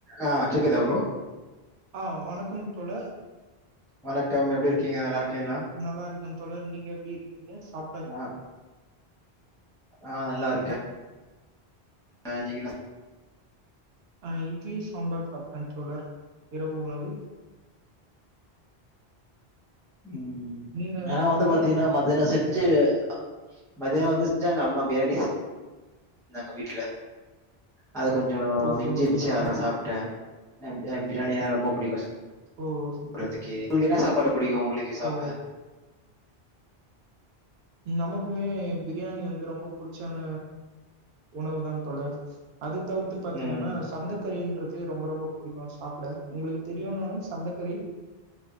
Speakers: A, in the centre; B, on the right.
A: ஆ கேக்குதா ப்ரோ
B: ஆ வணக்கம் தோழர்
A: வணக்கம் எப்படி இருக்கீங்க நல்லா இருக்கீயளா
B: நல்லா இருக்கும் தொடர் நீங்க எப்டி இருக்கீங்க சாப்
A: ஆ ஆ நல்லா இருக்கே ஆ நீங்க என்ன சா
B: ஆ இட்லி சாம்பார் சாப்ட்ட தோழர் இரவு உணவு
A: உம்
B: நீங்க
A: நா வந்து
B: தோழர்
A: பாத்தீங்கன்னா மத்தியானொ செஞ்சு அ மதியோ வந்து செஞ்சாங்க அம்மா பிரியாணி இருந்தாங்க வீட்ல அது கொஞ்சம்
B: ஓகே
A: மிஞ்சுச்சு
B: ஓகே தோழர்
A: அதா சாப்ட்டேன் எப்டியு பிரியாணிய ரொம்ப பிடிக்கும் சாப்றதுக்கே
B: ஓ சூப்பர் சூப்பர்
A: உங்களுக்கு
B: தோழர்.
A: என்ன சாப்பாடு பிடிக்கும் உங்களுக்கு சாப்ட
B: ஓ நமக்குமே பிரியாணி வந்து ரொம்ப புிடிச்சான உணவு தா தோவர் அது தவுர் த்து பாத்தீங்கன்னா
A: ம்.
B: சந்தக்கறின்றது ரொம்ப ரொம்ப பிடிக்கும் சாப்ட உங்களுக்கு தெரியுமா சந்தக்கறி